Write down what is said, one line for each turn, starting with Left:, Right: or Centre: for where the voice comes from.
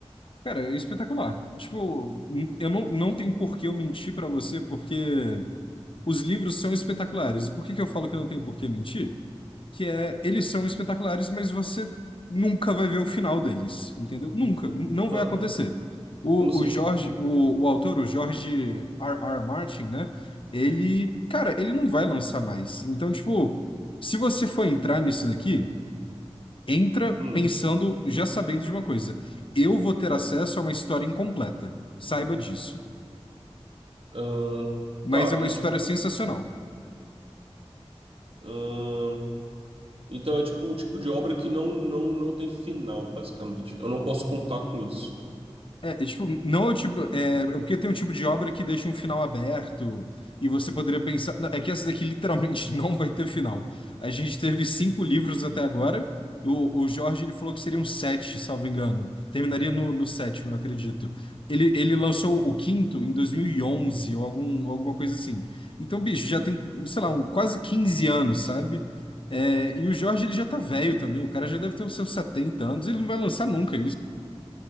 Left: Cara, é espetacular. Tipo, n- eu não, não tenho por que eu mentir pra você, porque os livros são espetaculares. E por que que eu falo que eu não tenho por que mentir? que é eles são espetaculares, mas você nunca vai ver o final deles, entendeu? Nunca, n- não vai
Right: Ah,
Left: acontecer. O,
Right: como assim?
Left: o Jorge, o, o autor, o George R. R. Martin, né? Ele, cara, ele não vai lançar mais. Então, tipo, se você for entrar nisso daqui, entra
Right: Hum.
Left: pensando, já sabendo de uma coisa. Eu vou ter acesso a uma história incompleta. Saiba disso.
Right: Ah,
Left: Mas
Right: tá,
Left: é uma
Right: e
Left: história
Right: tipo.
Left: sensacional.
Right: ah, então é tipo o tipo de obra que não, não, não tem final, basicamente. Eu não posso contar com isso.
Left: É, é, tipo, não é o tipo. É, é porque tem um tipo de obra que deixa um final aberto, e você poderia pensar. não, É que essa daqui literalmente <laughs> não vai ter final. A gente teve cinco livros até agora. O, o Jorge ele falou que seriam sete, salvo engano. Terminaria no, no sétimo, eu acredito. Ele, ele lançou o quinto em 2011 ou algum, alguma coisa assim. Então, bicho, já tem, sei lá, um, quase 15 anos, sabe? É, e o Jorge ele já tá velho também. O cara já deve ter os seus 70 anos. Ele não vai lançar nunca